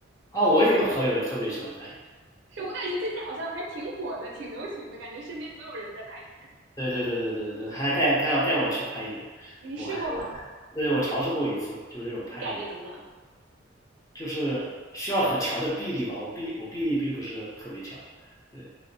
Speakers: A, on the left; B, on the right.
A: 哦，我有一个朋友也特别喜欢攀岩，
B: 是我感觉最近好像还挺火的，挺流行的，感觉身边总有人在攀岩。
A: 对对对对对对对，他还带他要带我去攀岩，
B: 你试过吗？
A: 我还对我尝试过一次，就是那种攀岩。
B: 你感觉怎么样？
A: 就是需要很强的臂力吧。我臂我臂力并不是特别强，对，